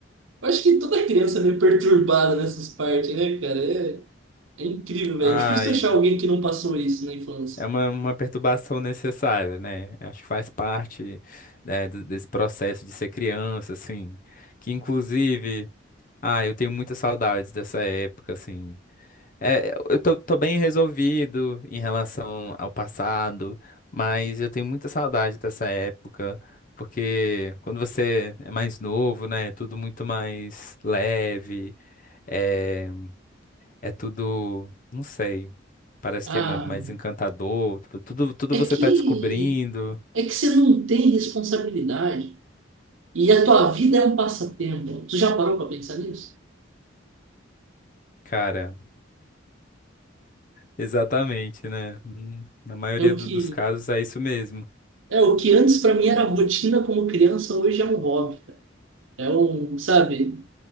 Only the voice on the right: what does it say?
Eu acho que toda criança é meio perturbada nessas partes, né, cara? É, é incrível, velho.
É difícil achar alguém que não passou isso na infância.
Ah,
é
que
é que você não tem responsabilidade e a tua vida é um passatempo. Tu já parou para pensar nisso?
É o
que
é o que antes para mim era rotina como criança, hoje é um hobby. É um, sabe,